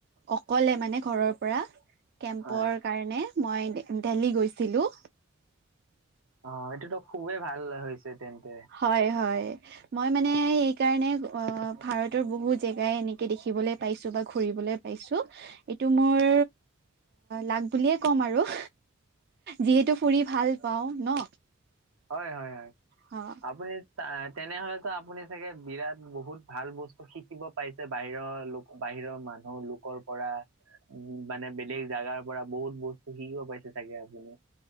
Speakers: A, on the right; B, on the right.
A: অকলে মানে ঘৰৰ পৰা কেম্পৰ-
B: হয়
A: কাৰণে মই ডেলহি গৈছিলো।
B: অঁ এইটোতো খুবেই ভাল হৈছে তেন্তে।
A: হয় হয়। মই মানে সেই কাৰণে অ ভাৰতৰ বহু জেগাই এনেকে দেখিবলৈ পাইছো বা ঘুৰিবলৈ- পাইছো এইটো মোৰ লাগ বুলিয়ে ক'ম আৰু। যিহেতু ফুৰি ভাল পাওঁ ন।
B: হয়-হয়-হয়।
A: অঁ।
B: আপুনি তেনেহলেতো আপুনি চাগে বিৰাট বহুত ভাল বস্তু শিকিব - পাইছে বাহিৰৰ লোক বাহিৰৰ মানুহ লোকৰ পৰা - উম মানে বেলেগ জেগাৰ পৰা বহুত বস্তু শিকিব পাইছে চাগে আপুনি। -